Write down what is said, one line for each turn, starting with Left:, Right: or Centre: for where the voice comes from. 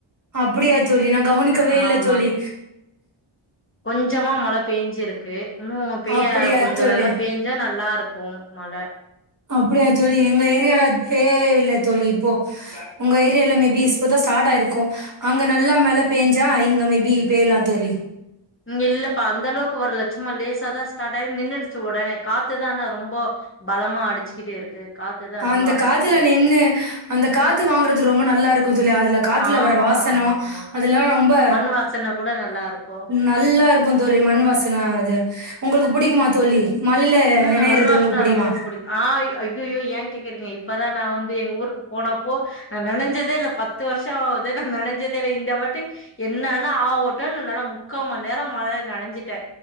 Right: அப்படியா தோழி நா கவனிக்கவே இல்ல
Left: ஆமா
Right: தோழி
Left: கொஞ்சமா மழ பேஞ்சிருக்கு இன்னு பெய்ய
Right: அப்டியா
Left: கொஞ்ச
Right: தோழி
Left: நல்லா பேஞ் சா நல்லா இருக்கு மழ
Right: அப்படியா தோழி எங்க ஏரியால பே இல்ல தோழி இப்போ உங்க ஏரியால மேபி இப்பதா ஸ்டார்ட் ஆயிருக்கு அங்க நல்லா மழ பேஞ்சா இங்க மேபி பேயலா தோழி
Left: ம் இல்லப்பா அந்தளவுக்கு வரல சும்மா லேசா தா ஸ்டார்ட் ஆய் நின்னுருச்சு உடனே காத்துதா ஆன்னா ரொம்போ பலமா அடிச்சுக்கிட்டே இருக்கு காத்துதா
Right: ஆ
Left: ரொம்ப
Right: அந்த
Left: அடிச்சுக்கிட்டே
Right: காத்துல்ல
Left: இருக்கு
Right: நின்னு அந்த காத்து வாங்கறது ரொம்ப நல்லா இருக்கு தோழி அதுல காத்துல
Left: ஆமா
Right: வர வாசனோ
Left: ஆமா ஆமா
Right: அதல்லா ரொம்ப
Left: மண் வாசன கூட நல்லா இருக்கு
Right: நல்லா இருக்கு தோழி மண் வாசன அது உங்களுக்கு புடிக்குமா தோழி மழில
Left: ம்
Right: நினையிறது
Left: மண் வாசன
Right: உங்க புடியுமா
Left: ரொம்ப புடிக்கு ஆ ஐ அய்யயோ ஏ கேக்குறீங்க இப்பதா நா வந்து எங்க ஊருக்கு போனப்போ நா நனஞ்சதே இல்ல பத்து வருஷோ ஆது நா நனஞ்சதே இல்ல இந்த வாட்டி என்னன்னா ஆவு ட நா நலா முக்காம் மண் நேரம் மழைல் நனஞ்சட்டே